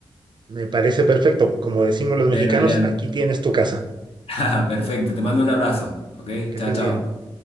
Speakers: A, on the right; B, on the left.
A: Me parece perfecto. Como decimos los mexicanos,
B: Bueno, Adrián,
A: aquí tienes tu casa.
B: <laughs> perfecto. Te mando un abrazo, ¿ok?
A: Que
B: Chao,
A: estés
B: chao.
A: bien.